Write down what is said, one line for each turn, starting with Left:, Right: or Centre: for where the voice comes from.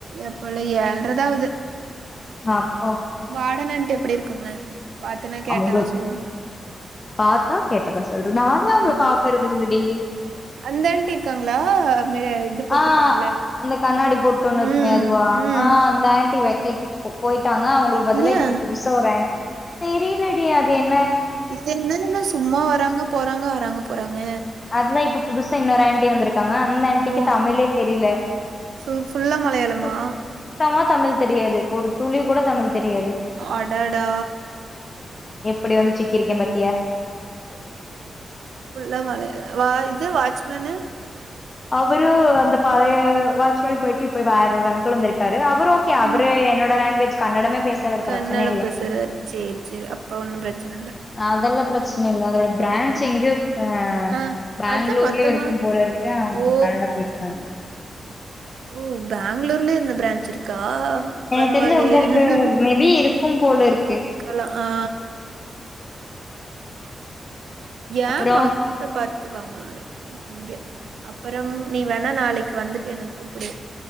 Right: எப்பலாம் ஏல்றதா ஆவ்து
Left: அப்ப
Right: வாட நன்ட்டு எப்டி இருக்காங்க பாத்தனா கேட்டதா
Left: அவங்க
Right: சொல்லு
Left: பார்த்தா கேட்டதான் சொல்ற நானே அவங்கள
Right: ம்
Left: பாக்கறது இல்லடி
Right: அந்த ஆண்டி இருக்காங்களா மே இது போட்ருப்பாங்களே
Left: ஆஹ் அந்த கண்ணாடி போட்டு ஒண்ணு இருக்குமே
Right: ம்
Left: அதுவா
Right: ம்
Left: ஆஹ் அந்த ஆன்ண்டி <unintelligible> ட்டாங்க அவங்களுக்கு பதில
Right: ஏ
Left: இப்ப புதுசா ஒரு ஹேன்ட் தெரியலடி அதென்
Right: இது என்னன்னன்னா சும்மா வராங்க போறாங்க வராங்க போறாங்க
Left: அதுதான் இப்ப புதுசா இன்னொரு ஆண்டி வந்ருக் த்தாங்க அந்த ஆண்டிக்கு
Right: ஓ
Left: தமிழே தெரியல
Right: சு ஃபுல்லா மலையாளமா
Left: சுத்தமா தமிழ் தெரியாது ஒரு துளி கூட தமிழ் தெரியாது
Right: அடடா
Left: எப்பிடி வந்து சிக்கிருக்கேன் பாத்
Right: புல்ல மலை வா இது வாட்ச்மேனு
Left: அவரு அந்த பழைய வாட்ச்மேன் போயிட்டு இப்பய் வேற ஒரு அங்கள் வந்திருக்காரு அவர் ஓகே அவ
Right: ம்
Left: என்னோட லாங்குவேஜ் கன்னடமே பேசுறாரு
Right: கன்னடம்
Left: பிரச்சன இல்ல
Right: பேசறார் சேரி சேரி அப்ப ஒன்னும் பிரச்சன இல்ல
Left: அதெல்லாம் பிரச்சனை இல்ல <unintelligible> பிரான்ச் எங்கயோ ஆ
Right: ஆ
Left: பேங்ளூர்லயே
Right: அதா மொத்தமா
Left: இருக்கும் போல இருக்க அவங்க
Right: ஓ
Left: கன்னடா பேசுறாங்க
Right: ஓ பெங்களூர்லயே இந்த பிரெஞ்ச் இருக்கா ஆஹ் பரவால்லயே
Left: எனக்கு தெரிஞ்சு அப்டிதா இருக்கு
Right: <unintelligible>
Left: மேபி இருக்கும் போல இருக்கு
Right: ஆ ஏமா
Left: அப்புறோ
Right: கீல பாத்துவாமா இங்க அப்புறம் நீ வேணா நாளைக்கு வந்துட்டு எனக்கு கூப்பிடு